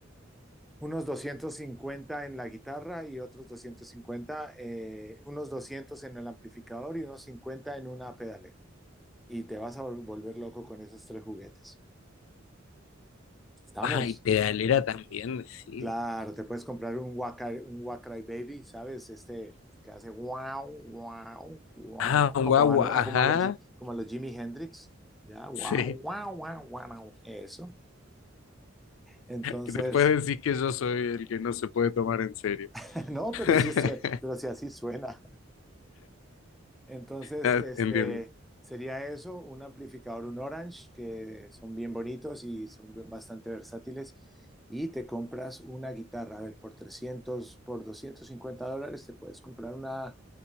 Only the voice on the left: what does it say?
Ay, pedalera también, sí.
Ah, un
guagua,
ajá.
Sí,
que después decís que yo soy el que no se puede tomar en serio.
<laughs>
Ya,
Entiendo.